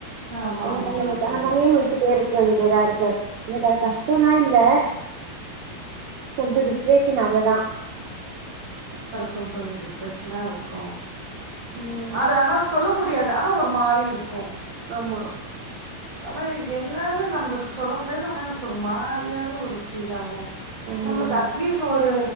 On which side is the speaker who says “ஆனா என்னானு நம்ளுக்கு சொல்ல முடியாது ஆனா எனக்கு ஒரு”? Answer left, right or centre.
Right